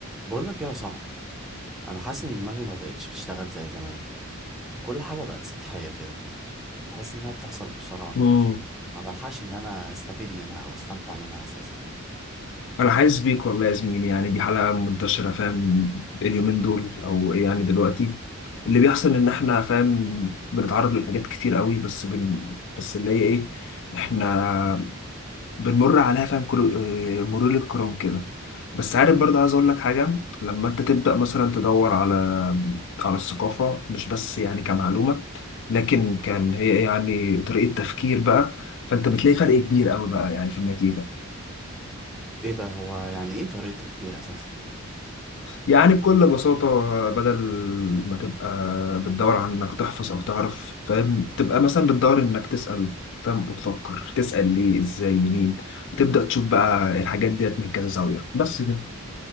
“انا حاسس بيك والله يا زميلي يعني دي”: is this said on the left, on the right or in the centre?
Left